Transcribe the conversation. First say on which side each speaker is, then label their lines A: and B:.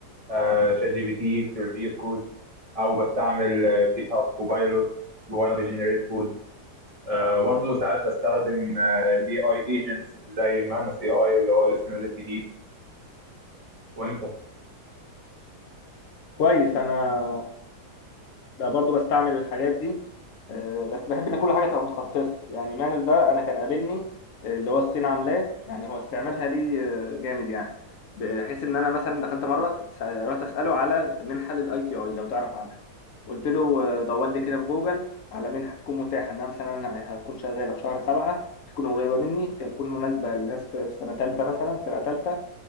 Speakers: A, on the right; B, on the left.
A: آه، شات جي بي تي في الفي اس كود او بستعمل آه، جيت هاب كوبايلوت وانا بجنريت كود آه، برضه ساعات بستخدم الاي اي ايجنتس زي مانوس اي اي اللي هو لسه نازل جديد وانت
B: كويس انا بقى برضو بستعمل الحاجات دي آه، بس بحب ان كل حاجه تبقى متخصصه يعني مانوس ده انا كان قابلني آه، اللي هو الصين عاملاه يعني هو استعمالها لي آه، جامد يعني بحيث ان انا مثلا دخلت مره س- رحت اساله على منحه للاي تي اي لو تعرف عنها قلت له آه، دور لي كده في جوجل على منحه تكون متاحه انها مثلا أنا هتكون شغاله في شهر سبعه تكون قريبه مني تكون مناسبه للناس في في سنه ثالثه مثلا فرقه ثالثه